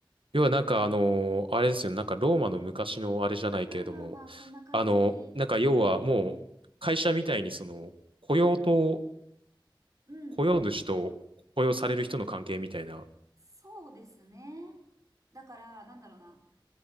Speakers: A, on the right; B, on the right.
A: 要はなんかあの、あれですよね。なんかローマの昔のあれじゃないけれども、
B: あ、まあまあまあ、そんな感じ。
A: あの、なんか要はもう会社みたいにその雇用と、
B: うん、
A: 雇用主と雇用される人の関係みたいな。
B: そうですね。だから、なんだろうな。